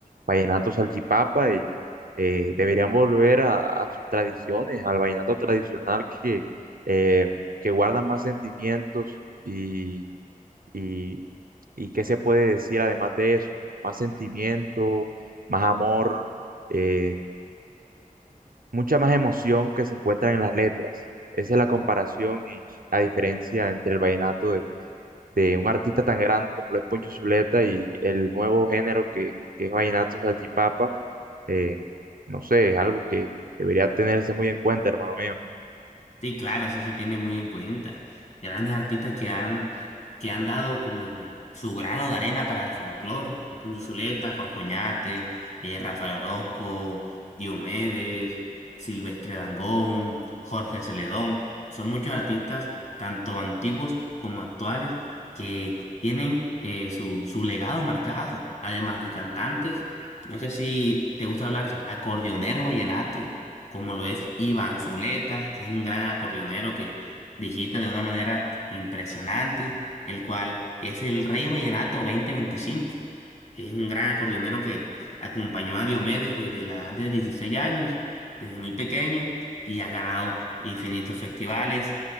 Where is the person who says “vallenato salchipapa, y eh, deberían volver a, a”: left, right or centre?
Right